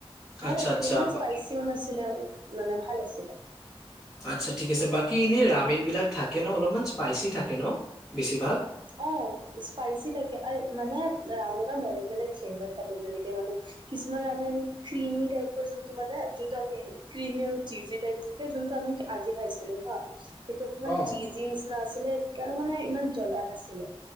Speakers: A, on the right; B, in the centre.
A: ভাল
B: আচ্ছা
A: আছিলে
B: আচ্ছা
A: ইমান
B: বা-
A: স্পাইচিও নাছিলে মানে ভাল আছিলে।
B: আচ্ছা ঠিক আছে বাকী এনেই ৰামেন বিলাক থাকে ন'অলমান স্পাইচি থাকে ন' বেছিভাগ?
A: অহ, স্পাইচি থাকে আৰে মানে ৰামেনৰ বেলেগ -বেলেগ ছেভত থাকে যেনেকে মানে কিছুমান ৰামেন ক্ৰিমি টাইপৰ যোনটো মানে যোনটো আমি ক্ৰিমি আৰু চিজি টাইপ থাক হে যোনটো আমি আজি খাইছিলোঁ হা সেইটো ইমান
B: অ
A: চিজি নিচনা আছিলে এইকাৰণে মানে ইমান জ্বলা নাছিলে